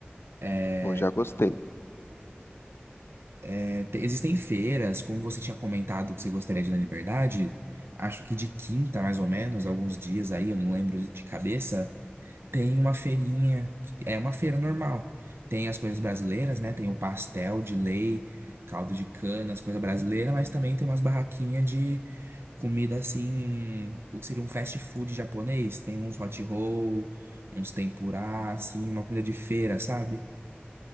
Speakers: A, on the right; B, on the left.
A: É,
B: Pô, já gostei.
A: É, te- Existem feiras, como você tinha comentado que você gostaria de ir na Liberdade, acho que de quinta, mais ou menos, alguns dias aí, eu não lembro de cabeça, tem uma feirinha, que é uma feira normal. Tem as coisas brasileiras, né? Tem o pastel de lei, caldo de cana, as coisas brasileiras, mas também tem umas barraquinhas de comida assim, o que seria um fast food japonês. Tem uns hot roll, uns tempurá, assim, uma comida de feira, sabe?